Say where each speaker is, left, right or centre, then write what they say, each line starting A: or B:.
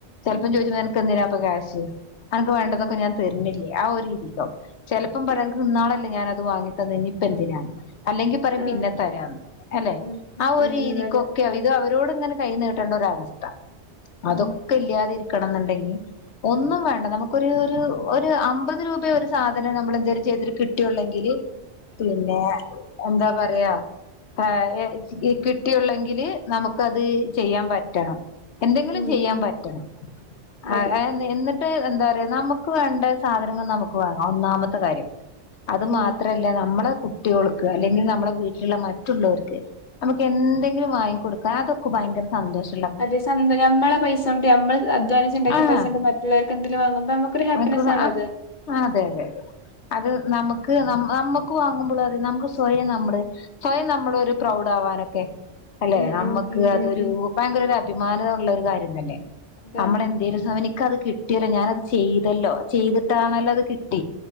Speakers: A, on the left; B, on the left.
A: ചെൽപ്പം
B: ഉം
A: ചോദിച്ചും നിനക്ക് എന്തിനാ ഇപ്പൊകാശ് അനക്ക് വേണ്ടതൊക്കെ
B: ഉം
A: ഞാൻ തരുന്നില്ലേ ആ ഒരു രീതിക്കാവും ചെലപ്പം പറയും
B: ഉം
A: അനക്ക് ഇന്നാളല്ലെ ഞാനത് വാങ്ങി തന്നത് ഇനിപ്പ എന്തിനാന്ന് അല്ലെങ്കി പറയും
B: ആഹ്
A: പിന്നെ തരാന്ന് അല്ലെ
B: ഉം ഉം
A: ആ
B: ഉം
A: ഒരു രീതിക്കൊക്കെ
B: ഉം അതെ
A: ഇത് അവരോട് ഇങ്ങനെ കൈ നീട്ടേണ്ട ഒരവസ്ഥ
B: ഉം
A: അതൊ ക്കെ ഇല്യാതിരിക്കണം എന്നുണ്ടെങ്കിൽ ഒന്നും വേണ്ട നമുക്കൊരു ഒരു അമ്പത് രൂപ ഒരു സാധനം നമ്മൾ എന്തേലും ചെയ്തിട്ട് കിട്ടിയുള്ളെങ്കില് പിന്നെ എന്താ പറയാ <unintelligible> ഈ കിട്ടിയുള്ളെങ്കില് നമുക്കത് ചെയ്യാൻ പറ്റണം എന്തെങ്കിലും
B: ഉം
A: ചെയ്യാൻ
B: ഉം
A: പറ്റണം അ
B: അതെ
A: <unintelligible> എന്നിട്ട് എന്താ പറയാ നമുക്ക് വേണ്ട സാധനങ്ങൾ നമുക്ക് വാങ്ങാം ഒന്നാമത്തെ കാര്യം അത്
B: ഉം
A: മാത്രല്ല നമ്മളെ കുട്ടികൾക്ക് അല്ലെങ്കിൽ നമ്മളെ വീട്ടിലുള്ള മറ്റുള്ളവർക്ക് നമുക്ക് എന്തെങ്കിലും വാങ്ങി കൊടുക്കാൻ അതൊക്കെ ഭയങ്കര സന്തോഷ
B: അതെ സന്ത നമ്മളെ പൈസോണ്ട് നമ്മള് അധ്വാനിച്ചുണ്ടാക്കിയ
A: ആഹ്
B: പൈസോണ്ട് മറ്റുള്ളോർക്ക്ന്തെങ്കിലും വാങ്ങുമ്പോ നമുക്കൊരു ഹാപ്പി
A: ആയിക്കൂട
B: പ്പിനെസ്സാണല്ലോ അത്
A: ആഹ് അതെ അതെ അതെ അത് നമുക്ക് ന നമുക്ക് വാങ്ങുമ്പോൾ അതെ നമുക്ക് സ്വയം നമ്മള് സ്വയം നമ്മളൊരു <unintelligible> ഇതാവാനൊക്കെ അല്ലെ
B: ഉം
A: നമ്മുക്ക്
B: ഉം ഉം
A: അതൊരു
B: ഉം ഉം
A: ഭയങ്കര ഒരു അഭിമാനള്ളൊരു കാര്യം തന്നെ
B: അതെ
A: നമ്മളെന്തേലും സമം എനിക്കത് കിട്ടില്ലോ ഞാനത് ചെയ്തല്ലോ ചെയ്തിട്ടാണല്ലോ അത് കിട്ടി